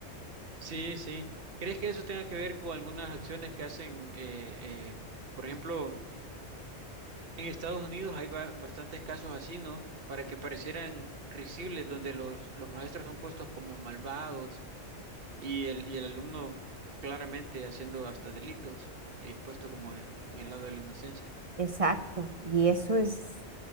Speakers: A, on the right; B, on the right.
A: Sí, sí. ¿Crees que eso tenga que ver con algunas acciones que hacen, eh, eh, por ejemplo, en Estados Unidos hay ba- bastantes casos así, ¿no? Para que parecieran risibles, donde los, los maestros son puestos como malvados y el, y el alumno claramente haciendo hasta delitos y expuesto como en, en el lado de la inocencia.
B: Exacto. Y eso es,